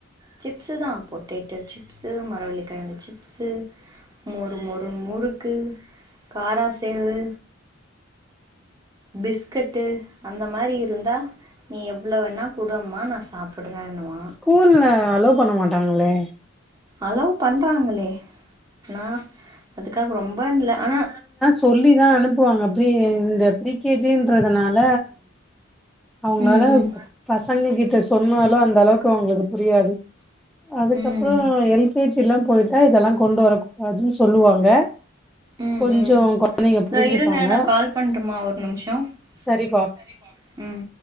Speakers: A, on the right; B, in the centre.
A: சிப்ஸ்சு தா பொட்டேட்டோ சிப்ஸ்சு மரவள்ளிக்கெழங்கு சிப்ஸ்சு மொறு மொறுன்னு முறுக்கு காரா சேவு பிஸ்கட்டு அந்த மாறி இருந்தா நீ எவ்ளோ வேணா குடு அம்மா நா சாப்பிட்றேன்னுவா
B: கூல்ல அலோவ் பண்ண மாட்டாங்களே
A: அலோவ் பண்றாங்களே னா அதுக்காக ரொம்பன் இல்ல ஆனா
B: சொல்லி தா அனுப்புவாங்க ப்ரி இந்த ப்ரீ கே ஜி ன்றதனால அவ்ங்ளால
A: ம் ம்
B: ப பசங்க கிட்ட சொன்னாலு அந்த அளவுக்கு அவ்ங்ளுக்கு புரியாது அதுக்கப்றோ
A: ம்
B: எல் கே ஜி ல்லா பொய்ட்டா இதெல்லா கொண்டு வரக்கூ துன் சொல்லுவாங்க
A: ம்
B: கொஞ்சோ
A: ம்
B: கொழந்தைங்க
A: தோ
B: புரிஞ்சுப்பாங்க
A: இருங்க நா கால் பண்ட்டுமா ஒர் நிம்ஷோ
B: சரிப்பா
A: சரிங்க ம்